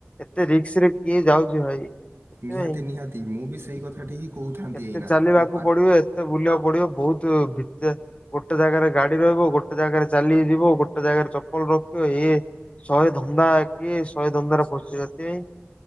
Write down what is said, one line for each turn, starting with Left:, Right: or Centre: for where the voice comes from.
Left: ଏତେ ରିକ୍ସ ରେ କିଏ ଯାଉଛି ଭାଇ। ସେଥିପାଇଁ
Right: ନିହାତି ନିହାତି ମୁଁ ବି ସେଇ କଥାଟି ହିଁ କହୁଥାନ୍ତି
Left: ଏତେ
Right: ଏଇନା।
Left: ଚାଲିବାକୁ
Right: ମୋ ପାଟି
Left: ପଡିବ ଏତେ ବୁଲିବାକୁ ପଡ଼ିବ। ବହୁତ ଭିତ ଗୋଟେ ଜାଗାରେ ଗାଡି ରହିବ, ଗୋଟେ ଜାଗାରେ ଚାଲିକି ଯିବ, ଗୋଟେ ଜାଗାରେ ଚପଲ ରଖିବ ଇଏ ଶହେ ଧନ୍ଦା କିଏ ଶହେ ଧନ୍ଦା ପଶୁଛି ସେଥିପାଇଁ